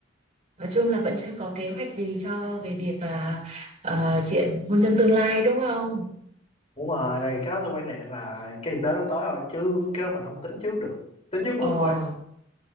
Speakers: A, on the right; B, on the left.
A: Nói chung là vẫn chưa có kế hoạch gì cho về việc là ờ, chuyện hôn nhân tương lai đúng không?
B: đúng rồi thì cái đó tôi quan niệm là cái dịp đó nó tới rồi chứ cái đó mình không tính trước được tính trước
A: Ờ
B: bước hôm qua